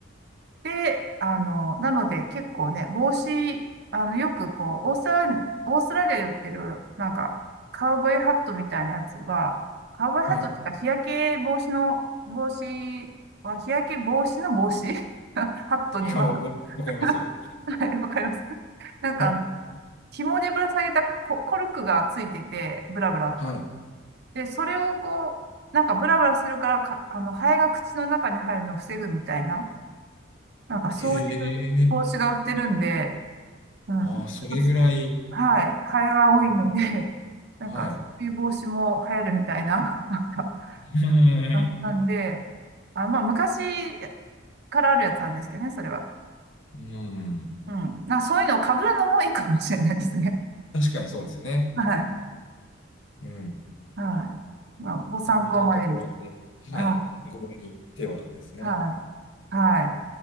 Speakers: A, on the right; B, on the left.
A: で、あの、なので結構ね、帽子、あの、よくこう、オーストラリア、オーストラリアで売ってる、なんか、カウボーイハットみたいなやつは、カウボーイハットっていうか、
B: はい。
A: 日焼け防止の、帽子は、日焼け防止の帽子 <laughs> ハットには、
B: あわわかりますよ。
A: <laughs> はい、わかります。なんか、
B: はい。
A: あの、紐でぶら下げたコ、コルクがついてて、ブラブラ。
B: はい。
A: で、それをこう、なんかブラブラするからか、あの、ハエが口の中に入るのを防ぐみたいな、なんかそういう帽子が売ってるんで、
B: へえ。
A: うん。
B: まあ、それぐらい、
A: はい。ハエが多いので、
B: うん
A: <laughs> なんか、
B: はい。
A: そういう防止も流行るみたいな、<laughs> なんか、
B: <laughs>
A: 感じなんで、あ、まあ、昔からあるやつなんですけどね、それは。
B: うん。
A: うん。な、そういうのを被るのもいいかもしれないですね。
B: 確かにそうですね。
A: <laughs> はい。
B: うん。
A: はい。まあ、ご参考までに。
B: いろんなところで、
A: は
B: はい。合理ではですね。
A: い。はい。はい。